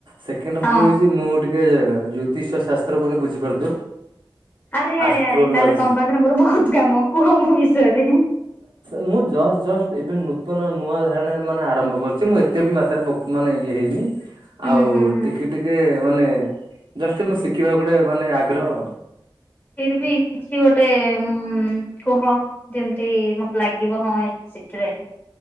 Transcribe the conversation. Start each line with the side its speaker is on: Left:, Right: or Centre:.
Right: ସେକେଣ୍ଡ୍
Left: ହଁ।
Right: ହବି ହଉଛି ମୁଁ ଟିକେ ଜ୍ୟୋତିଷ ଶାସ୍ତ୍ର ବୋଲେ ବୁଝିପାରୁଥିବ।
Left: ଆରେ ଆରେ
Right: ଆଷ୍ଟ୍ରୋଲୋଜି।
Left: ଆରେ ତାହେଲେ ତମ ପାଖରେ ମୋର ବହୁତ କାମ କୁହ ମୋ ବିଷୟରେ।
Right: ମୁଁ ଜଷ୍ଟ ଜଷ୍ଟ ଏବେ ନୂତନ ନୂଆ ଧାରଣାରେ ମାନେ ଆରମ୍ଭ କରିଛି ମୁଁ ଏତ ଏତେ ବି ମାତ୍ରାରେ ମାନେ ଇଏ ହେଇନି
Left: ହୁଁ
Right: ଆଉ
Left: ହୁଁ ହୁଁ
Right: ଟିକେ ଟିକେ ମାନେ ଜଷ୍ଟ ମୁଁ ଶିଖିବାକୁ ଗୋଟେ ମାନେ ଆଗ୍ରହ।
Left: ଫିର ବି କିଛି ଗୋଟେ ଉ କୁହ ଯେମିତି ମ ଲାଗିବ ହଁ ଏଇ ଶିଖିଲାଣି।